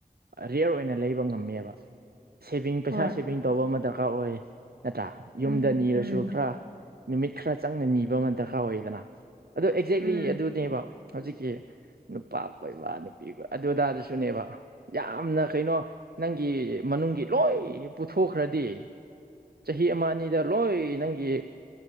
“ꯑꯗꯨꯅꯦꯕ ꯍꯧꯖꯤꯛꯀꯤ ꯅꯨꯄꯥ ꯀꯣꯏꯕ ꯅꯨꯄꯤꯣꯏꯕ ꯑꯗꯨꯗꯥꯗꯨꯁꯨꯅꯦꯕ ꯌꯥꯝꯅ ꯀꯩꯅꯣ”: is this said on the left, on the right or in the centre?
Right